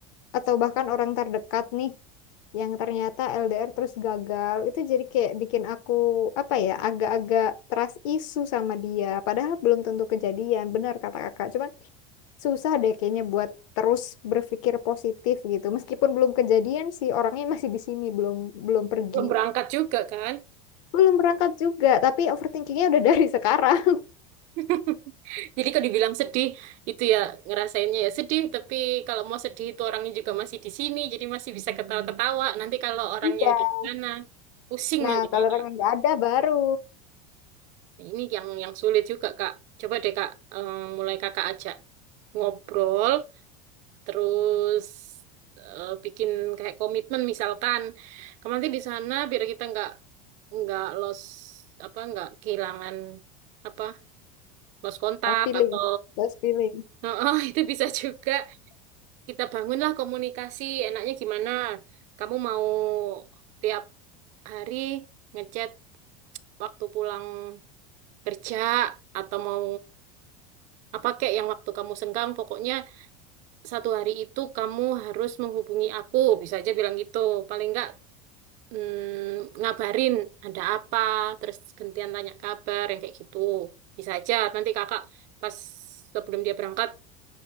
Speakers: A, on the left; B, on the right.
A: atau bahkan orang terdekat nih yang ternyata LDR terus gagal, itu jadi kayak bikin aku apa ya? Agak-agak trust isu sama dia. Padahal belum tentu kejadian. Benar kata Kakak. Cuman susah deh kayaknya buat terus berpikir positif gitu. Meskipun belum kejadian sih orangnya masih di sini, belum belum pergi.
B: Belum berangkat juga kan?
A: Belum berangkat juga, tapi overthinkingnya udah dari <laughs> sekarang.
B: <laughs> Jadi kalau dibilang sedih itu ya ngerasainnya ya sedih, tapi kalau mau sedih itu orangnya juga masih di sini, jadi masih bisa ketawa-ketawa. Nanti kalau orangnya
A: Iya.
B: udah di sana, pusing
A: Nah,
B: nanti
A: kalau
B: kayaknya.
A: orang yang nggak ada baru
B: Nah, Ini yang yang sulit juga, Kak. Coba deh Kak, eh, mulai Kakak ajak ngobrol, terus eh, bikin kayak komitmen misalkan. Kamu nanti di sana biar kita nggak nggak los apa nggak kehilangan apa los kontak
A: oh, feeling,
B: atau
A: just feeling.
B: <laughs> Oh, itu bisa juga. kita bangunlah komunikasi enaknya gimana kamu mau tiap hari ngechat waktu pulang kerja atau mau apa kayak yang waktu kamu senggang pokoknya satu hari itu kamu harus menghubungi aku bisa aja bilang gitu paling enggak mm, ngabarin ada apa terus gantian tanya kabar yang kayak gitu bisa aja nanti kakak pas sebelum dia berangkat